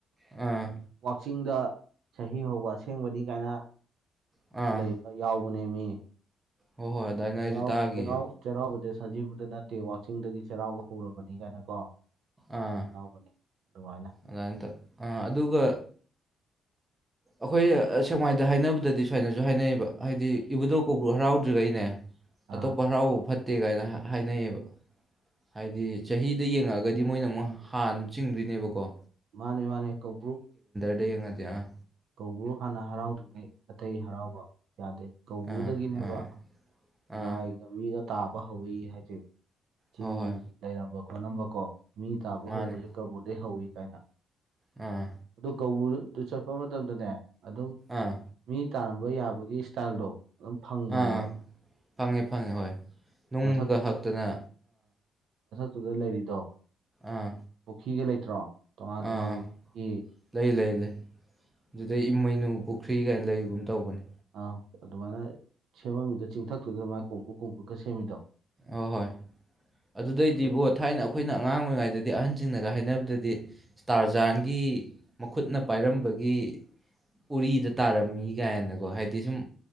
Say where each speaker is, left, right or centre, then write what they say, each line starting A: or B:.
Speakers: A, on the right; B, on the right.
A: ꯑꯥ
B: ꯋꯥꯛꯆꯤꯡꯗ ꯆꯍꯤ ꯍꯧꯕ ꯑꯁꯦꯡꯕꯅꯤ ꯀꯥꯏꯅ
A: ꯑꯥ
B: ꯂꯩꯕ ꯌꯥꯎꯕꯅꯦ ꯃꯤ <unintelligible>
A: ꯍꯣꯏ ꯍꯣꯏ ꯑꯗꯨꯃꯥꯏꯅ
B: ꯆꯩꯔꯥꯎ
A: ꯑꯩꯁꯨ ꯇꯥꯈꯤꯌꯦ
B: ꯆꯔꯥꯎ ꯆꯔꯥꯎꯕꯁꯦ ꯁꯖꯤꯕꯨꯗ ꯅꯠꯇꯦ ꯋꯥꯛꯆꯤꯡꯗꯗꯤ ꯆꯩꯔꯥꯎꯕ ꯍꯧꯔꯕꯅꯤ ꯀꯥꯏꯅ ꯀꯣ
A: ꯑꯥ
B: ꯌꯥꯎꯕꯅꯦ ꯑꯗꯨꯃꯥꯏꯅ
A: ꯑꯗꯨꯅꯇ ꯑꯥ ꯑꯗꯨꯒ ꯑꯩꯈꯣꯏ ꯁꯦꯛꯃꯥꯏꯗ ꯍꯥꯏꯅꯕꯗꯗꯤ ꯁꯨꯃꯥꯏꯅꯁꯨ ꯍꯥꯏꯅꯩꯌꯦꯕ ꯍꯥꯏꯗꯤ ꯏꯕꯨꯗꯧ ꯀꯧꯕ꯭ꯔꯨ ꯍꯔꯥꯎꯗ꯭ꯔꯤꯒꯩꯅꯦ
B: ꯑꯥ
A: ꯑꯇꯣꯞꯄꯥ ꯍꯔꯥꯎꯕꯥ ꯐꯠꯇ ꯐꯠꯇꯦ ꯀꯥꯏꯅ ꯍꯥꯏꯅꯩꯌꯦꯕ ꯍꯥꯏꯗꯤ ꯆꯍꯤꯗ ꯌꯦꯡꯉꯛꯑꯒꯗꯤ ꯃꯣꯏꯅ ꯑꯃꯨꯛ ꯍꯥꯟꯅ ꯆꯤꯡꯗꯣꯏꯅꯦꯕꯀꯣ
B: ꯃꯥꯅꯦ ꯃꯥꯅꯦ ꯀꯧꯕ꯭ꯔꯨ
A: ꯌꯦꯉꯗꯤ ꯌꯥ
B: ꯀꯧꯕ꯭ꯔꯨ ꯍꯥꯟꯅ ꯍꯔꯥꯎꯗ꯭ꯔꯤꯉꯩ ꯑꯇꯩ ꯍꯔꯥꯎꯕ ꯌꯥꯗꯦ ꯀꯧꯕ꯭ꯔꯨꯗꯒꯤꯅꯦꯕ
A: ꯑꯥ ꯑꯥ ꯑꯥ
B: ꯂꯥꯏꯒ ꯃꯤꯒ ꯇꯥꯕ ꯍꯧꯏ ꯍꯥꯏꯖꯤ ꯆꯤꯡ
A: ꯍꯣꯏ ꯍꯣꯏ
B: ꯅꯨꯡ <unintelligible> ꯃꯤ ꯇꯥꯕ
A: ꯃꯥꯅꯦ
B: ꯍꯧꯕꯁꯦ ꯀꯕꯨꯗꯩꯩ ꯍꯧꯋꯤ ꯀꯥꯏꯅ
A: ꯑꯥ
B: ꯑꯗꯣ ꯀꯧꯕꯔꯨ ꯑꯗꯨ ꯆ ꯏ ꯃ ꯃꯇꯝꯣꯗꯨꯅꯦ ꯑꯗꯨꯝ
A: ꯑꯥ
B: ꯃꯤ ꯇꯥꯝꯕ ꯌꯥꯕꯒꯤ ꯏꯁꯇꯥꯏꯜꯗꯣ ꯑꯗꯨꯝ ꯐꯪꯕꯅꯦꯕ
A: ꯑꯥ ꯑꯥ ꯐꯪꯉꯦ ꯐꯪꯉꯦ ꯍꯣꯏ ꯅꯨꯡꯒ
B: ꯃꯊꯛꯇꯨꯗ
A: ꯍꯛꯇꯅ
B: ꯇꯨꯗ ꯂꯩꯔꯤꯗꯣ
A: ꯑꯥ
B: ꯄꯨꯈꯒ ꯅꯠꯇ꯭ꯔꯣ ꯇꯣꯉꯥꯟ ꯇꯣꯉꯀꯤ
A: ꯑꯥ ꯂꯩ ꯂꯩ ꯂꯩ ꯑꯗꯨꯗꯩ ꯏꯃꯣꯏꯅꯨ ꯄꯨꯈ꯭ꯔꯤ ꯀꯥꯏꯅ ꯂꯩꯒꯨꯝ ꯇꯧꯕꯅꯤ
B: ꯑꯥ ꯑꯗꯨꯃꯥꯏꯅ ꯁꯦꯝꯃꯝꯃꯤꯗ ꯆꯤꯡꯊꯛꯇꯨꯗꯅ ꯃꯥꯏ ꯀꯣꯡꯀꯨꯞ ꯀꯣꯡꯀꯨꯨꯞꯀ ꯁꯦꯝꯃꯤꯗꯣ
A: ꯑꯍꯣꯏ ꯑꯗꯨꯗꯩꯗꯤ
B: ꯑꯗꯨ
A: ꯕꯣ ꯊꯥꯏꯅ ꯑꯩꯈꯣꯏꯅ ꯑꯉꯥꯡ ꯑꯣꯏꯔꯤꯉꯩꯗꯗꯤ ꯑꯍꯟꯁꯤꯡꯅꯒ ꯍꯥꯏꯅꯕꯗꯗꯤ ꯏꯁꯇꯥꯔ ꯖꯥꯟꯒꯤ ꯃꯈꯨꯠꯅ ꯄꯥꯏꯔꯝꯕꯒꯤ ꯎꯔꯤꯗ ꯇꯥꯔꯝꯃꯤ ꯀꯥꯏꯅꯀꯣ ꯍꯥꯏꯗꯤ ꯁꯨꯝ